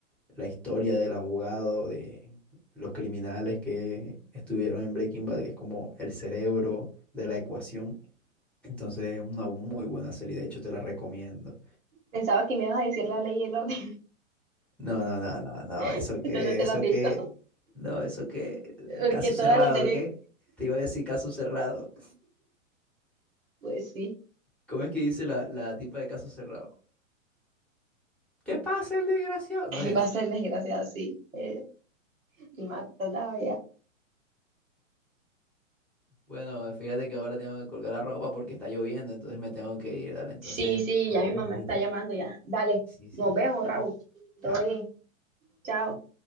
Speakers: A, in the centre; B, on the right.
A: la historia del abogado, de los criminales que estuvieron en Breaking Bad, que es como el cerebro de la ecuación. Entonces es una muy buena serie, de hecho te la recomiendo.
B: Pensaba que me ibas a decir la ley y el orden.
A: No, no, no, no, no,
B: <laughs>
A: eso
B: Eso
A: que,
B: no te
A: eso
B: lo has visto.
A: que,
B: <laughs>
A: no, eso que,
B: Porque
A: caso
B: toda
A: cerrado,
B: la serie,
A: ¿qué? Te iba a decir caso cerrado.
B: pues sí,
A: ¿Cómo es que dice la, la tipa de caso cerrado? ¿Qué pasa, el desgraciado?
B: ¿Qué
A: No es
B: pasa
A: ese.
B: el desgraciado, sí. Eh, ni me acordaba ya.
A: Bueno, fíjate que ahora tengo que colgar la ropa porque está lloviendo, entonces me tengo que ir, dale, entonces
B: Sí, sí,
A: nos
B: ya
A: vemos
B: mi mamá
A: ahorita.
B: está llamando ya. Dale,
A: Sí, sí,
B: nos vemos, Raúl. Todo
A: chao.
B: bien. Chao.